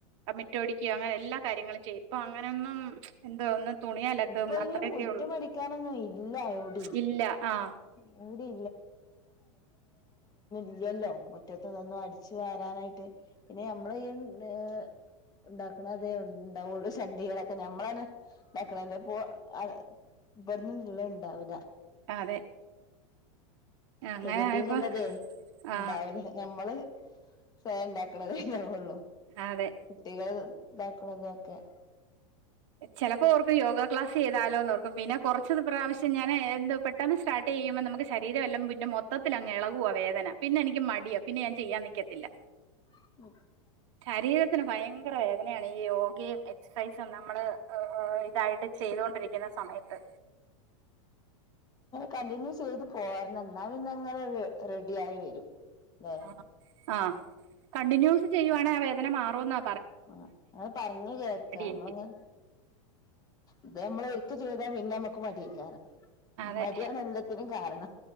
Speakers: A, on the right; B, on the left.
A: മിറ്റടിക്കെ അങ്ങനെ എല്ലാ കാര്യങ്ങളും ചെയ്യും ഇപ്പം അങ്ങനൊന്നും എന്തോ ഒന്ന് തുണി അലക്കും
B: ഇപ്പൊ
A: അത്രയൊക്കെ
B: ഇനി മുറ്റം
A: ഉള്ളൂ
B: അടിക്കാനൊന്നും ഇല്ല എവിടെയും
A: ഇല്ല ആ
B: <unintelligible> <unintelligible> ഒന്നും ഇല്ലല്ലോ മുറ്റത്ത് ഇതൊന്നും അടിച്ച് വാരാനായിട്ട് പിന്നെ ഞമ്മളെ ഈ ന്ന് ഉണ്ടാക്കണ <unintelligible> ഇവട്ന്ന് ള്ളത് ണ്ടാവൂല്ല
A: അ അതെ അങ്ങനെ
B: പ്രകൃതിന്ന്ള്ളതേ
A: ആയപ്പോ ആ
B: ണ്ടാവല് ഞമ്മള് സ്വയം ണ്ടാക്കണതേ ണ്ടാവൊള്ളൂ
A: അതെ
B: കുട്ടികൾ ഇതാക്കണോ ഇതൊക്കെ
A: ചെലപ്പോ ഓർക്കും യോഗ ക്ലാസ് ചെയ്താലോന്ന് ഓർക്കും പിന്നെ കൊറച്ച് പ്രാവശ്യം ഞാൻ എന്ത് പെട്ടെന്ന് സ്റ്റാർട്ട് ചെ ചെയ്യുമ്പ നമുക്ക്‌ ശരീരെല്ലാം പിന്നെ മൊത്തത്തി അങ്ങ് എളകുവാ വേദന പിന്നെ എനിക്ക് മടിയ പിന്നെ ഞാൻ ചെയ്യാൻ നിക്കത്തില്ല.
B: <unintelligible>
A: ശരീരത്തിന് ഭയങ്കര വേദനയാണ് ഈ യോഗയും എക്സസൈസൊന്നും പറ്റ് നമ്മള് ഇതായിട്ട് ചെയ്തോണ്ടിരിക്കുന്ന സമേത്ത്
B: കണ്ടിന്യൂ ചെയ്ത് പോരണം എന്നാൽ ന്നങ്ങനെ റെഡി ആയി വരും. അല്ലെ
A: ആ ആ കണ്ടിന്യൂസ് ചെയ്യുവാണേ ആ വേദന മാറുന്നാ.
B: ആ അത് പറഞ്ഞ് കേക്ക നമ്മളങ്ങ്
A: എനിക്ക്
B: ഇതെമ്മള് ഒരിക്കെ ചെയ് താ പിന്നെ മ്മക്ക് മടിയക്കാറ്
A: അതെ
B: ഈ മടിയാണ് എല്ലത്തിനും കാരണം.